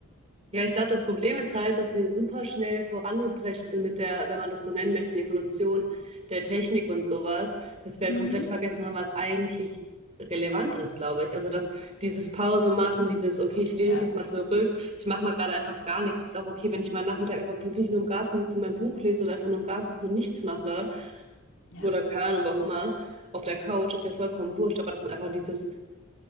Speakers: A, on the right (about 30°); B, on the left (about 75°).
A: Ja, ich glaube, das Problem ist halt, dass wir super schnell vorangeprescht sind mit der, wenn man das so nennen möchte, Evolution der Technik und sowas, dass wir halt
B: Mhm.
A: komplett vergessen haben, was eigentlich relevant ist, glaube ich. Also, dass dieses Pause machen, dieses, okay, ich lehne
B: Ja,
A: mich jetzt mal zurück, ich mache mal gerade einfach gar nichts. Ist auch okay, wenn ich mal Nachmittag einfach wirklich nur im Garten sitze und mein Buch lese oder einfach nur im Garten sitze und nichts mache
B: ja,
A: oder keine Ahnung, wo auch immer, auf der Couch ist ja vollkommen wurscht, aber dass man einfach dieses